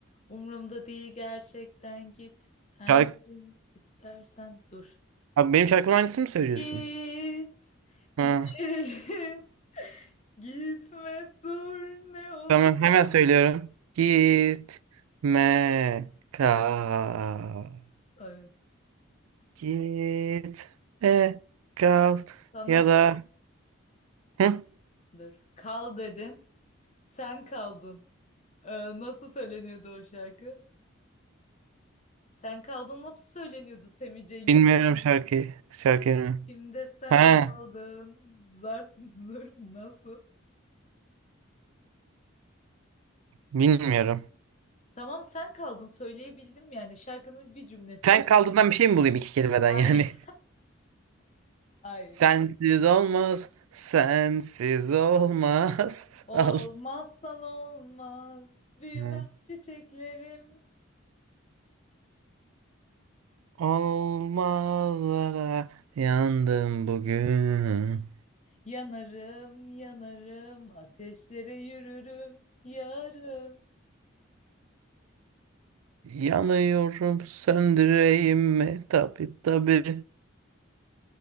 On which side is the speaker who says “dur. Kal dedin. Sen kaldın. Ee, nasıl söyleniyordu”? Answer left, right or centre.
Left